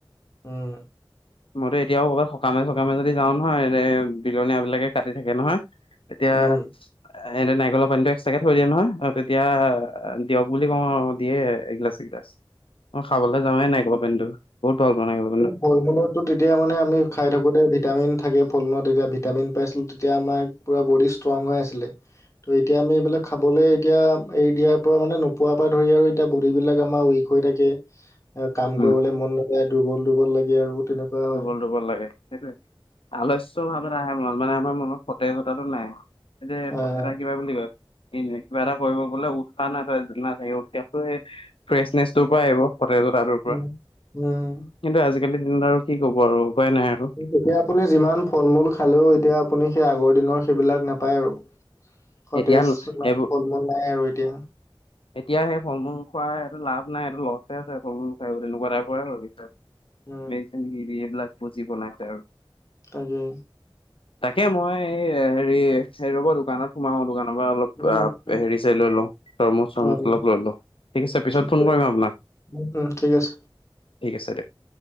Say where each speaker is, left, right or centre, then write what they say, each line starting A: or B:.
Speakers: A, on the left; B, on the left.
A: উম
B: মইতো এতিয়াও কৰ'বাত সকামে-চকামে যদি যাওঁ নহয় এ বিলনীয়া বিলাকে কাটি থাকে নহয়। তেতিয়া-
A: উম
B: হেঁতে নাৰিকলৰ পানীটো এক্সট্ৰাকে থৈ দিয়ে নহয় তেতিয়া দিয়ক বুলি কওঁ আৰু দিয়ে এগিলাছ এগিলাছ মই খাবলৈ যাৱে নাৰিকলৰ পানীটো বহুত ভাল পাওঁ না
A: ফল মূলতো তেতিয়া মানে আমি খাই থাকোতে ভিটামিন থাকে ফল মূলত তেতিয়া ভিটামিন পাইছিলোঁ তেতিয়া আমাৰ পূৰা বডি ষ্ট্ৰং হৈ আছিলে ত এতিয়া আমি এইবিলাক খাবলৈ এতিয়া এৰি দিয়াৰ পৰা মানে নোপোৱাৰ পা ধৰি আৰু এতিয়া বডিবিলাক আমাৰ উইক হৈ থাকে এ কাম
B: উম
A: কৰিবলে মন নকৰে দুৰ্বল দুৰ্বল লাগে আৰু তেনেকুৱা হয়
B: দূৰ্বল দূৰ্বল লাগে সেইটোৱে আলস্য ভাৱ আহে মন মানে আমাৰ মনত সতেজতাটো নাই এ
A: হয় হয়
B: এটা কিবা বুলি কয় এ কিবা এটা কৰিব বোলে উৎসাহ না নাথাকিব ফ্ৰেছনেছ টো পা আহিব সতেজতা তোৰ পৰা
A: উম উম
B: কিন্তু আজিকালিৰ দিনত আৰু কি ক'ব আৰু উপায় নাই আৰু
A: এতিয়া আপুনি যিমান ফল মূল খালেও এতিয়া আপুনি সেই আগৰ দিনৰ সেইবিলাক নাপায় আৰু সতেজ
B: এতিয়া
A: নাই
B: এইবোৰ
A: আৰু এতিয়া
B: এতিয়া সেই ফল মূল খোৱা এইটো লাভ নাই এইটো লছে আছে ফল মূল খাই বুলি এনেকুৱা টাইপৰে হৈ গৈছে
A: উম
B: মেডিচিন দি দি এইবিলাক পুজি বনাইছে আৰু
A: তাকে
B: তাকে মই এই হেৰি এই ৰব দোকানত সোমাও দোকানৰ পৰা অলপ
A: উম,
B: অ
A: উম,
B: হেৰি চেৰি লৈ লওঁ তৰমুচ অলপ
A: হয়
B: লৈ লওঁ ঠিক আছে পিছত
A: ঠিকে
B: ফোন কৰিম আপোনাক
A: উম, ঠিক আছে
B: ঠিক আছে দিয়ক